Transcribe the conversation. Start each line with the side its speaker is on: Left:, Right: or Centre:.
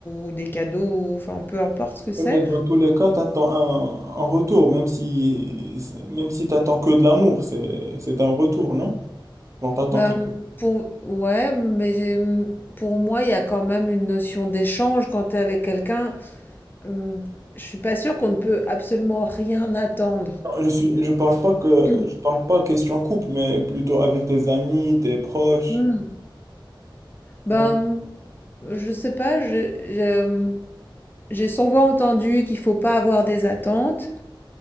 Left: ou des cadeaux, ou, enfin peu importe ce que c'est,
Right: Ouais, Mais dans tous les cas, tu attends un, un retour, même si, même si tu attends que de l'amour, c'est, c'est un retour, non? Genre, t'attends
Left: ben,
Right: que...
Left: pour, ouais, mais j'ai- pour moi, il y a quand même une notion d'échange quand tu es avec quelqu'un. Hum, je suis pas sûre qu'on ne peut absolument rien attendre.
Right: Je suis, je parle pas que,
Left: <clears throat> Hum.
Right: je parle pas question couple, mais plutôt avec tes amis, tes proches.
Left: hum. Ben,
Right: tu
Left: je sais pas, je- je- j'ai souvent entendu qu'il faut pas avoir des attentes.